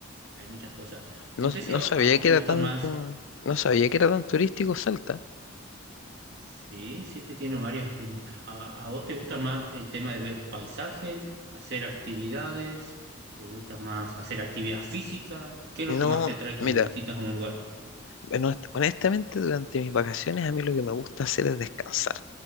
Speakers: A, on the right; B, on the left.
A: hay muchas cosas.
B: No,
A: No sé si
B: no
A: a,
B: sabía
A: a vos
B: que
A: te
B: era
A: gustan
B: tan,
A: más
B: mm, no sabía que era tan turístico Salta.
A: Sí, sí, este tiene varias actividades. ¿A, a vos te gusta más el tema de ver paisajes, hacer actividades? ¿Te gusta más hacer actividad física? ¿Qué es
B: No,
A: lo que más te atrae
B: mira,
A: cuando visitas un lugar?
B: en honest- honestamente durante mis vacaciones a mí lo que me gusta hacer es descansar.